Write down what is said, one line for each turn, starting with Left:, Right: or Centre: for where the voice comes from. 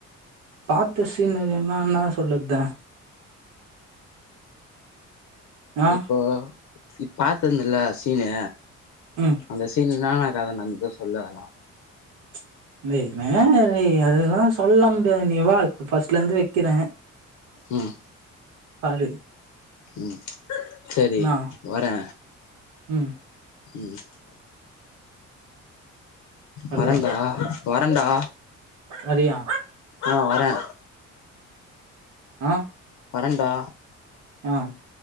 Right: பாத்த சீன்வரயுனா என்னா சொல்லது ஆ
Left: இப்போ நீ பாத்தந்தில சீனு
Right: ம்
Left: அந்த சீன் என்னானா கத நந்துது சொல்லதலா
Right: தம்பி வேணாதம்பி அதெல்லா சொல்ல முடியாது நீ வா ஃபஸ்ட்ல இந்து வெக்கிறே
Left: ம்
Right: பாரு
Left: ம் செரி
Right: என்னா
Left: வரே
Right: ம்
Left: ம்
Right: ஹலோ
Left: வரண்டா வரண்டா
Right: வரியா
Left: ஆ வரே
Right: ஆ
Left: வரண்டா
Right: ஏ